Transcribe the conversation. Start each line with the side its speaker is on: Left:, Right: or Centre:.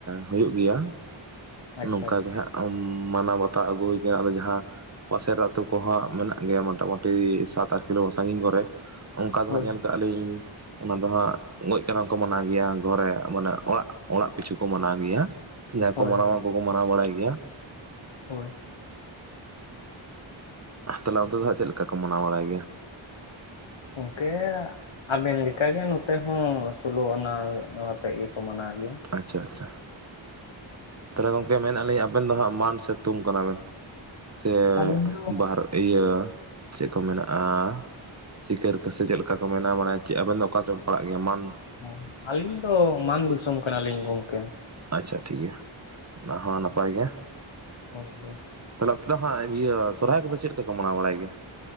Right: ᱦᱳᱭᱳᱜ ᱜᱮᱭᱟ,
Left: ᱟᱪᱪᱷᱟ
Right: ᱱᱚᱝᱠᱟ
Left: ᱟᱪᱪᱷᱟ
Right: ᱜᱮ ᱦᱟᱸᱜ ᱩᱱ ᱢᱟᱱᱟᱣ ᱵᱟᱛᱟᱜ ᱟᱹᱜᱩ ᱦᱩᱭ ᱟᱠᱟᱱᱟ ᱟᱫᱚ ᱡᱟᱸᱦᱟ ᱯᱟᱥᱮᱨ ᱟᱹᱛᱩ ᱠᱚ ᱦᱟᱸᱜ ᱢᱮᱱᱟᱜ ᱜᱮᱭᱟ, ᱢᱚᱴᱟ ᱢᱩᱴᱤ ᱥᱟᱛ ᱟᱴ ᱠᱤᱞᱳ ᱥᱟᱺᱜᱤᱧ ᱠᱚᱨᱮ, ‌ᱚᱝᱠᱟ ᱫᱚ
Left: ᱦᱳᱭ
Right: ᱦᱟᱸᱜ ᱧᱮᱞ ᱠᱟᱜ ᱟᱞᱤᱧ ᱚᱱᱟ ᱫᱚ ᱦᱟᱸᱜ ᱜᱚᱡ ᱠᱟᱨᱟᱢ ᱠᱚ ᱢᱟᱱᱟᱣ ᱜᱮᱭᱟ ᱜᱷᱚᱨᱮ ᱢᱟᱱᱮ ᱚᱲᱟᱜ ᱚᱲᱟᱜ ᱯᱤᱪᱷᱩ ᱠᱚ ᱢᱟᱱᱟᱣ ᱜᱮᱭᱟ᱾ ᱡᱟᱸᱦᱟ
Left: ᱦᱳᱭ
Right: ᱠᱚ ᱢᱟᱱᱟᱣᱟ ᱩᱝᱠᱩ ᱠᱚ ᱢᱟᱱᱟᱣ ᱵᱟᱲᱟᱭ ᱜᱮᱭᱟ,
Left: ᱦᱳᱭ᱾
Right: ᱛᱟᱦᱞᱮ ᱚᱱᱛᱮ ᱫᱚ ᱦᱟᱸᱜ ᱪᱮᱫ ᱞᱮᱠᱟ ᱠᱚ ᱢᱟᱱᱟᱣ ᱵᱟᱲᱟᱭ ᱜᱮᱭᱟ?
Left: ᱚᱝᱠᱮ ᱟᱵᱮᱱ ᱞᱮᱠᱟ ᱜᱮ ᱱᱚᱛᱮ ᱦᱚᱸ ᱥᱳᱞᱳ ᱟᱱᱟ ᱟᱛᱮᱫ ᱜᱮ ᱠᱚ ᱢᱟᱱᱟᱣ ᱜᱮᱭᱟ᱾
Right: ᱟᱪᱪᱷᱟ ᱟᱪᱪᱷᱟ ᱾ ᱛᱟᱦᱞᱮ ᱜᱚᱝᱠᱮ ᱢᱮᱱ ᱟᱞᱤᱧ ᱟᱵᱮᱱ ᱫᱚ ᱦᱟᱸᱜ ᱢᱟᱱ ᱥᱮ ᱛᱩᱝ ᱠᱟᱱᱟ ᱵᱮᱱ? ᱥᱮ
Left: ᱟᱹᱞᱤᱧ ᱫᱚ
Right: ᱵᱟᱦᱟᱨ ᱤᱭᱟᱹ ᱪᱮᱜ ᱠᱚ ᱢᱮᱱᱟᱜᱼᱟ ᱥᱤᱠᱟᱹᱨ ᱠᱟᱹᱥᱤ ᱪᱮᱜ ᱞᱮᱠᱟ ᱠᱚ ᱢᱮᱱᱟ ᱾ᱢᱟᱱᱮ ᱪᱮᱜ ᱟᱵᱮᱱ ᱫᱚ ᱚᱠᱟ ᱪᱚᱠ ᱯᱟᱲᱟᱜ ᱜᱮᱭᱟ᱾ᱢᱟᱱ?
Left: ᱦᱚᱸ ᱟᱹᱞᱤᱧ ᱫᱚ ᱢᱟᱱ ᱫᱤᱥᱚᱢ ᱠᱟᱱᱟ ᱞᱤᱧ ᱜᱚᱝᱠᱮ᱾
Right: ᱟᱪᱪᱷᱟ ᱴᱷᱤᱠ ᱜᱮᱭᱟ ᱚᱱᱟ ᱦᱚᱸ ᱱᱟᱯᱟᱭ ᱜᱮ᱾
Left: ᱦᱚᱜ ᱦᱳ
Right: <unintelligible> ᱫᱚ ᱦᱟᱸᱜ ᱤᱭᱟᱹ ᱥᱚᱨᱦᱟᱭ ᱠᱚ ᱫᱚ ᱪᱮᱫ ᱞᱮᱠᱟ ᱠᱚ ᱢᱟᱱᱟᱣ ᱵᱟᱲᱟᱭ ᱜᱮᱭᱟ?